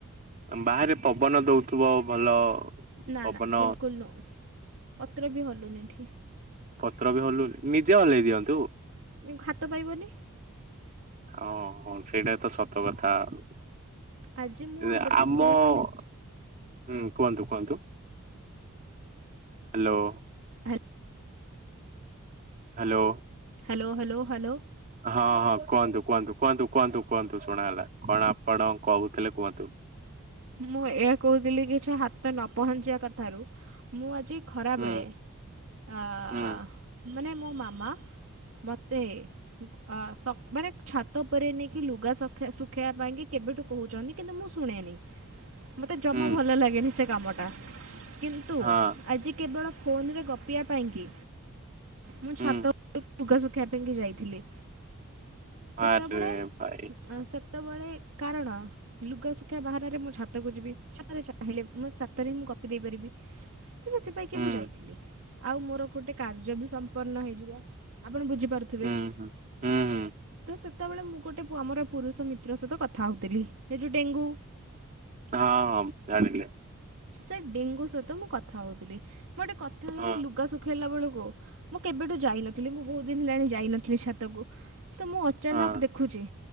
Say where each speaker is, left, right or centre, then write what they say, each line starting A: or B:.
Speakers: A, on the right; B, on the right.
A: ଆମ୍ ବାହାରେ ପବନ ଦୋଉଥିବ ଭଲ।
B: ନା
A: ପବନ
B: ନା ବିଲକୁଲ ନୁଅଁ ପତ୍ର ବି ହଲୁନି ଏଠି।
A: ପତ୍ର ବି ହଲୁନି ନିଜେ ହଲେଇ ଦିଅନ୍ତୁ।
B: ଉଁ ହାତ ପାଇବନି।
A: ଓହୋ ସେଇଟା ତ ସତ କଥା ଆଉ।
B: ଆଜି ମୁଁ
A: ରେ
B: ଆଉ ଗୋଟେ
A: ଆମ
B: ପୁରୁଷ
A: ହୁଁ
B: ମିତ୍ର
A: କୁହନ୍ତୁ କୁହନ୍ତୁ। ହାଲୋ।
B: ହା
A: ହାଲୋ।
B: Hello hello hello.
A: ହଁ ହଁ କୁହନ୍ତୁ କୁହନ୍ତୁ କୁହନ୍ତୁ କୁହନ୍ତୁ କୁହନ୍ତୁ ଶୁଣାଗଲା କଣ ଆପଣ କୋହୁଥିଲେ କୁହନ୍ତୁ।
B: ମୁଁ ଏଇଆ କୋହୁଥୁଲି କି ଯୋଉ ହାତ ନ ପହଞ୍ଚିବା କଥାରୁ ମୁଁ ଆଜି ଖରାବେଳେ
A: ହୁଁ
B: ଆ
A: ହୁଁ
B: ଆ ମାନେ ମୋ ମାମା ମତେ ଆ ସ ମାନେ ଛାତ ଓପରେ ନେଇକି ଲୁଗା ଶଖେଆ ଶୁଖେଇବା ପାଇଁ କି କେବେଠୁ କୋହୁଚନ୍ତି। କିନ୍ତୁ ମୁଁ ଶୁଣେନି। ମତେ ଜମା
A: ହୁଁ
B: ଭଲ ଲାଗେନି ସେ କାମଟା କିନ୍ତୁ
A: ହଁ
B: ଆଜି କେବଳ ଫୋନରେ ଗପିବା ପାଇଁକି। ମୁଁ
A: ହୁଁ
B: ଛାତ ଉପରକୁ ଲୁଗା ଶୁଖେଇବା ପାଇଁକି ଯାଇଥିଲି। ସେତବେଳେ
A: ଆରେ ଭାଇ
B: ଆଁ ସେତବେଳେ କାରଣ ଲୁଗା ଶୁଖେଇବା ବାହାନା ରେ ମୁଁ ଛାତକୁ ଯିବି ଛାତରେ ଚାହିଁଲେ ମୋ ଛାତରେ ହିଁ ମୁଁ ଗପି ଦେଇପାରିବି। ତ ସେଥିପାଇଁ କି
A: ହୁଁ
B: ମୁଁ ଯାଇଥିଲି ଆଉ ମୋର ଗୋଟେ କାର୍ଯ୍ୟ ବି ସମ୍ପନ୍ନ ହେଇଯିବ। ଆପଣ ବୁଝିପାରୁଥିବେ
A: ହୁଁ
B: ତ
A: ହୁଁ ହୁଁ ହୁଁ
B: ସେ ସେତେବେଳେ ମୁଁ ଗୋଟେ ପୁଅ ଆମର ପୁରୁଷ ମିତ୍ର ସହିତ କଥା ହୋଉଥିଲି ସେ ଯୋଉ ଡେଙ୍ଗୁ।
A: ହଁ ହଁ ଜାଣିଲେ।
B: ସେ ଡେଙ୍ଗୁ ସହିତ ମୁଁ କଥା ହୋଉଥୁଲି। ମୁଁ ଏଠି କଥା ହେଇ
A: ହଁ
B: ଲୁଗା ଶୁଖେଇଲା ବେଳକୁ ମୁଁ କେବେଠୁ ଯାଇନ ନଥିଲ ମୁଁ ବୋହୁତ ଦିନ ହେଲାଣି ଯାଇନଥିଲି ଛାତକୁ ତ ମୁଁ ଅଚାନକ
A: ହଁ
B: ଖୁଚି